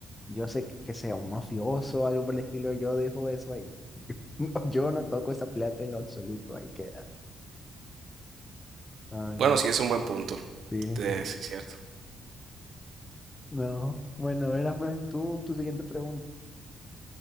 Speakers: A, on the left; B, on the right.
A: Yo sé que, que sea un mafioso o algo por el estilo, yo dejo eso ahí. <laughs> No, yo no toco esa plata en lo absoluto, ahí queda. Ay,
B: Bueno,
A: no,
B: sí es un buen punto,
A: sí.
B: eh, sí es cierto.
A: No, bueno, verás, man, tú, tu siguiente pregunta.